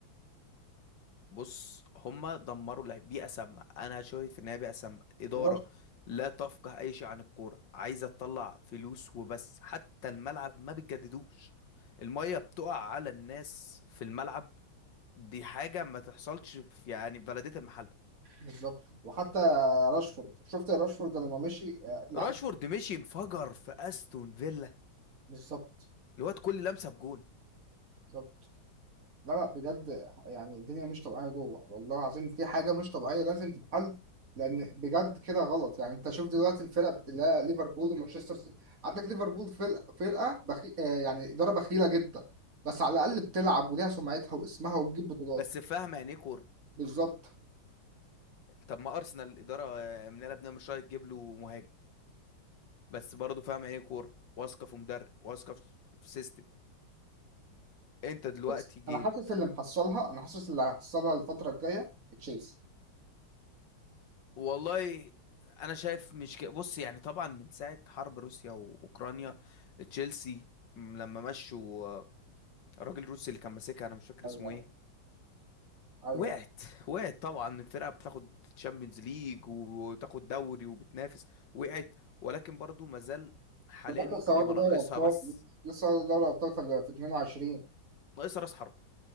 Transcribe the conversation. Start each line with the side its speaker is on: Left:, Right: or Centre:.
Left: بص هما دمروا لعب بيئة سامة أنا شايف إن هي بيئة سامة إدارة
Right: راشفورد
Left: لا تفقه أي شيء عن الكورة عايزة تطلع فلوس وبس حتى الملعب ما بتجددوش المية بتقع على الناس في الملعب دي حاجة ما تحصلش في يعني في بلدية المحل
Right: بالظبط وحتى راشفورد شفت راشفورد لما مشي آه، اللي
Left: راشفورد
Right: عمل-
Left: مشي انفجر في أستون فيلا
Right: بالظبط
Left: الواد كل لمسة بجون
Right: بالظبط لا لا بجد يعني الدنيا مش طبيعية جوه والله العظيم في حاجة مش طبيعية لازم تتحل لأن بجد كده غلط يعني أنت شوف دلوقتي الفرق بتلاقي ليفربول ومانشستر سيتي عندك ليفربول فرقة فرقة بخي... آه يعني إدارة بخيلة جدا بس على الأقل بتلعب وليها سمعتها واسمها وبتجيب بطولات
Left: بس فاهم يعني إيه كورة
Right: بالظبط
Left: طب ما أرسنال الإدارة آه، مناله بنعمل شوية تجيب له مهاجم بس برضه فاهم يعني إيه كورة واثقة في مدرب واثقة في في سيستم انت دلوقتي
Right: بص
Left: جيت
Right: أنا حاسس اللي محصلها أنا حاسس اللي هيحصلها الفترة الجاية تشيلسي
Left: والله انا شايف مش ك... بص يعني طبعا من ساعة حرب روسيا واوكرانيا تشيلسي م- لما مشوا آه، الراجل الروسي اللي كان ماسكها انا مش فاكر
Right: أيوه
Left: اسمه ايه
Right: أيوه
Left: وقعت وقعت طبعا الفرقة بتاخد تشامبيونز ليج وتاخد دوري وبتنافس وقعت ولكن برضو مازال حاليا
Right: ده
Left: ممكن
Right: لسه واخدة
Left: يبقى
Right: دوري
Left: ناقصها
Right: أبطال
Left: بس
Right: لسه واخدة دوري أبطال في في 22
Left: ناقصها راس حرب